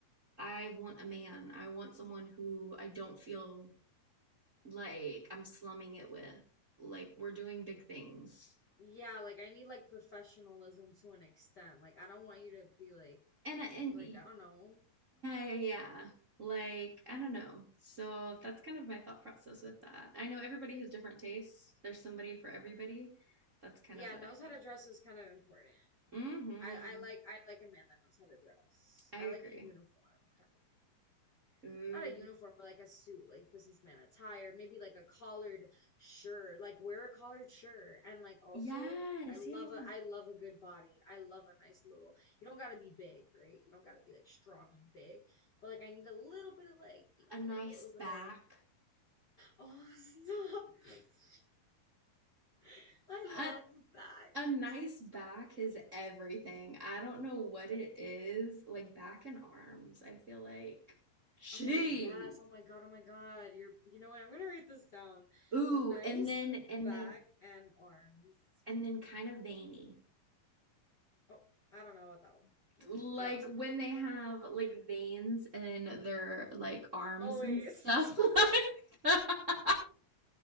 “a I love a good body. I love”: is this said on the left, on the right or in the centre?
Left